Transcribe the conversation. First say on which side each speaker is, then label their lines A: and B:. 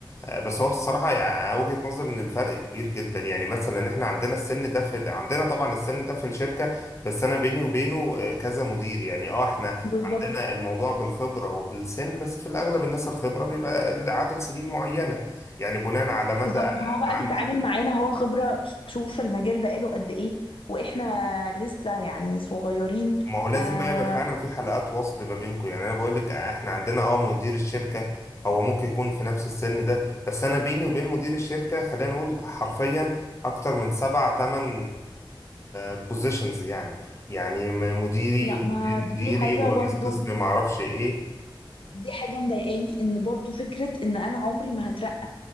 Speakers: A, on the left (about 30°); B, on the left (about 80°).
A: آه، بس هو الصراحه يع- وجهه نظري ان الفرق كبير جدا يعني مثلا احنا عندنا السن ده في ال- عندنا طبعا السن ده في الشركه بس انا بيني وبينه آه، كذا مدير يعني اه احنا
B: بالظبط
A: عندنا الموضوع بالخبره وبالسن بس في الاغلب الناس الخبره بيبقى عدد سنين معينه يعني بناء على مدى
B: بالظبط
A: انت
B: ما هو بقى
A: عندك
B: بيتعامل معانا هو خبرة شوف في المجال بقاله قد ايه واحنا لسه يعني صغيرين
A: ما هو لازم
B: آه
A: بقى يبقى فعلا في حلقات وصل ما بينكم يعني انا بقول لك احنا عندنا اه مدير الشركه هو ممكن يكون في نفس السن ده بس انا بيني وبين مدير الشركه خلينا نقول حرفيا اكتر من سبع تمن بوزيشنز يعني يعني م- مديري
B: لا
A: ومدير
B: ما دي
A: مديري
B: حاجة
A: ورئيس
B: برضو
A: قسم ما اعرفش ايه
B: دي حاجة مضايقاني ان برضو فكرة ان انا عمري ما هترقى